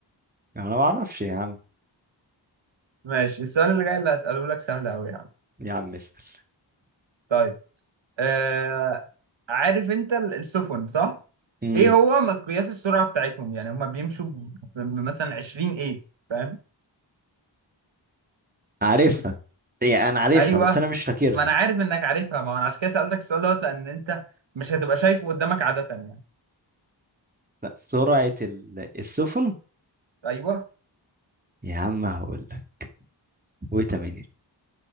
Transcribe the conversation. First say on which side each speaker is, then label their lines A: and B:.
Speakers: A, on the right; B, on the right.
A: انا ما اعرفش يا عم
B: ماشي السؤال اللي جاي اللي هسأله لك سهل أوي يا عم
A: يا عم اسأل
B: طيب آه... عارف انت ال- السفن صح؟
A: امم
B: ايه هو مقياس السرعة بتاعتهم؟ يعني هما بيمشوا ب- ب- مثلا 20 ايه فاهم؟
A: عارفها يعني انا عارفها
B: ايوه
A: بس انا مش فاكرها
B: ما انا عارف انك عارفها ما انا عشان كده سألتك السؤال دوت لأن انت مش هتبقى شايفه قدامك عادة يعني
A: لا سرعة ال- السفن
B: ايوه
A: يا عم هقول لك ويت مينيت